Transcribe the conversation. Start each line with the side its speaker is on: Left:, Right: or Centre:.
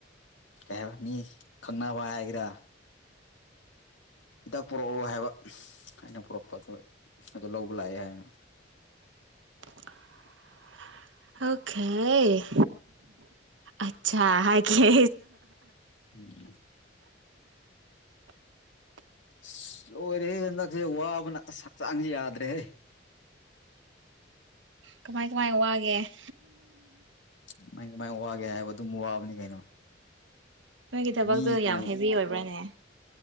Left: ꯀꯩ ꯍꯥꯏꯕ ꯃꯤ ꯈꯪꯅꯕ ꯍꯥꯏꯒꯦꯔꯥ ꯍꯤꯗꯥꯛ ꯄꯨꯔꯛꯑꯣ ꯍꯥꯏꯕ ꯑꯩꯅ ꯄꯨꯔꯛꯄ ꯑꯗꯣꯢ ꯑꯗꯣ ꯂꯧꯕ ꯂꯥꯛꯑꯦ ꯍꯥꯏ
Right: <inaudible> ꯑꯣꯛꯈꯦ ꯑꯠꯁꯥ ꯍꯥꯢꯒꯦ
Left: ꯎꯝ <inaudible>
Right: <inaudible>
Left: ꯁꯁ ꯂꯣꯏꯔꯦꯍꯦ ꯍꯟꯗꯛꯁꯦ ꯋꯥꯕꯅ ꯑꯁ ꯍꯛꯆꯥꯡꯖꯦ ꯌꯥꯗ꯭ꯔꯦꯍꯦ
Right: ꯀꯃꯥꯏ ꯀꯃꯥꯏ ꯋꯥꯒꯦ <unintelligible>
Left: ꯀꯃꯥꯏ ꯀꯃꯥꯏ ꯋꯥꯒꯦ ꯍꯥꯏꯕ ꯑꯗꯨꯝ ꯋꯥꯕꯅꯤ ꯀꯩꯅꯣ
Right: ꯅꯣꯏꯒꯤ ꯊꯕꯛꯇꯨ
Left: ꯃꯤ ꯎ
Right: ꯌꯥꯝ ꯍꯦꯚꯤ ꯑꯣꯏꯕ꯭ꯔꯥꯅꯦ